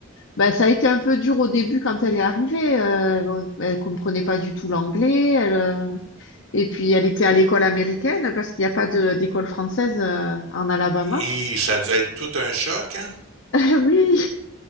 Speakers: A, on the left; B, on the right.
A: Ben, ça a été un peu dur au début quand elle est arrivée. euh, elle, bon, elle comprenait pas du tout l'anglais. Elle, euh, et puis elle était à l'école américaine parce qu'il n'y a pas de- d'école française euh, en Alabama.
B: Et ça doit être tout un choc, hein?
A: <laughs> Oui.